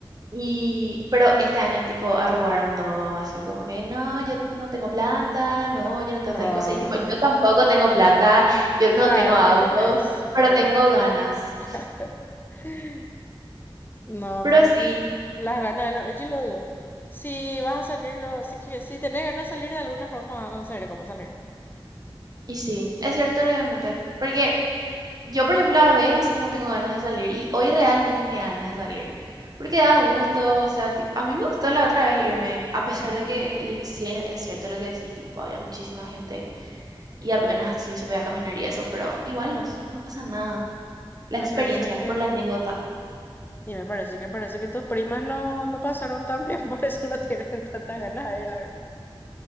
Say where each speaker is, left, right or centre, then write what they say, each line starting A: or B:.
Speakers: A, on the right; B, on the left.
A: Y, pero este año, tipo, arrugaron todo así, como que, no, yo no tengo plata, no, yo no tengo
B: No,
A: tal cosa. Y, tipo, yo tampoco tengo plata, yo no
B: claro
A: tengo auto,
B: que tenés,
A: pero
B: pero
A: tengo
B: bueno.
A: ganas.
B: <laughs> No,
A: Pero
B: pero
A: sí,
B: yo- las ganas, de lo- yo lo digo. Si vas a salirlo, si, que- si tenés ganas de salir de alguna forma, vas a conseguir cómo salir.
A: y sí, es cierto legalmente. Porque Yo, por ejemplo, a veces no tengo ganas de salir y hoy realmente tenía ganas de salir porque da gusto, o sea, tipo, a mí me gustó la otra vez irme, a pesar de que li- sí es es cierto lo que decís, tipo, había muchísima gente y apenas así se podía caminar y eso, pero igual más, no pasa nada. La
B: Me
A: experiencia,
B: parece que,
A: por la anécdota.
B: y me parece que parece que tus primas no, no pasaron tan bien, <laughs> por eso no tienen tantas ganas de ir ahora.